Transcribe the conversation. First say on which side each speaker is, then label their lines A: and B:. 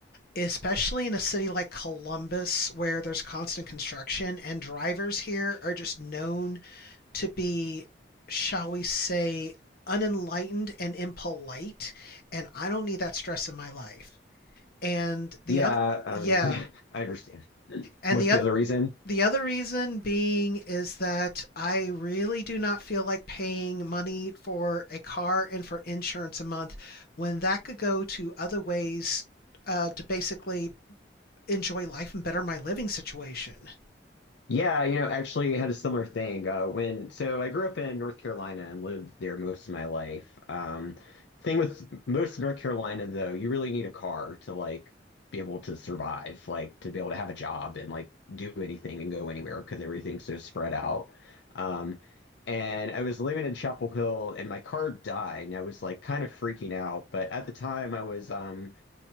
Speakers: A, on the left; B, on the left.
A: especially in a city like Columbus where there's constant construction, and drivers here are just known to be, shall we say, unenlightened and impolite, and I don't need that stress in my life. And the
B: Yeah,
A: other,
B: um,
A: yeah,
B: <laughs> I understand.
A: and
B: What's
A: the
B: the
A: other,
B: other reason?
A: The other reason being is that I really do not feel like paying money for a car and for insurance a month when that could go to other ways uh, to basically enjoy life and better my living situation.
B: Yeah, you know, actually had a similar thing. Uh, when so I grew up in North Carolina and lived there most of my life. Um, thing with most of North Carolina though, you really need a car to like be able to survive, like to be able to have a job and like do anything and go anywhere because everything's so spread out. Um, and I was living in Chapel Hill and my car died and I was like kind of freaking out. But at the time I was um